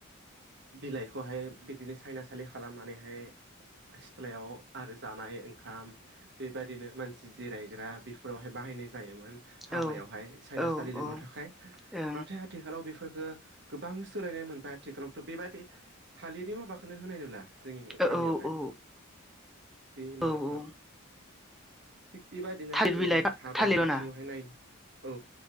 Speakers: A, on the right; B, in the centre.
A: बिलाइखौहाय बिदिनो सायनासालि खालामनानैहाय सिथ्लायाव आरो जानाय ओंखाम बेबायदिनो मानसि जिरायग्रा बेफोरावहाय बाहायनाय जायोमोन। हाबायावहाय
B: औ
A: साइनासालि
B: औ
A: लुनो
B: औ ओं
A: थाखाय
B: औ
A: नाथाय आथिखालाव बेफोर गोबां सोलायनाय मोनबाय आथिखालावथ' बेबादि थालिरनि माबाखौनो होनाय नुला। जोंनि गामियावहाय
B: औ औ
A: बे
B: औ
A: माबाखो
B: औ
A: थिग बेबायदिनो
B: थालिर
A: आरो
B: बिलाइ
A: हाबानि
B: थालिरना
A: बिथिङावहाय नाय औ